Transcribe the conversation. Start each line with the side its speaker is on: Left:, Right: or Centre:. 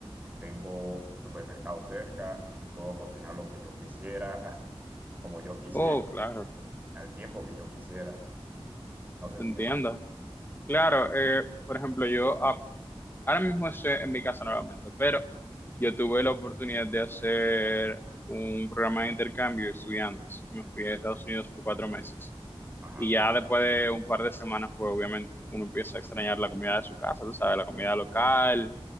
Right: tengo supermercado cerca y puedo cocinar lo que yo quisiera, <laughs> como yo quisiera,
Left: Oh, claro,
Right: al tiempo que yo quisiera. No sé
Left: te
Right: si
Left: entiendo.
Right: te pasó.
Left: Claro, eh, por ejemplo, yo Ahora mismo estoy en mi casa nuevamente, pero yo tuve la oportunidad de hacer un programa de intercambio de estudiantes. Me fui a Estados Unidos por cuatro meses.
Right: Ajá.
Left: Y ya después de un par de semanas, pues obviamente uno empieza a extrañar la comida de su casa, tú sabes, la comida local.